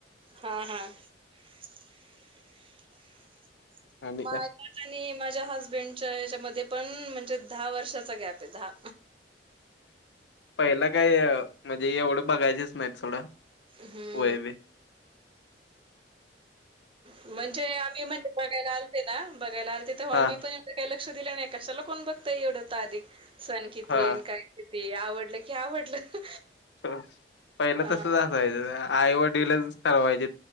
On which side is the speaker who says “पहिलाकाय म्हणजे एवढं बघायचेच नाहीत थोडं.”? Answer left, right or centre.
Left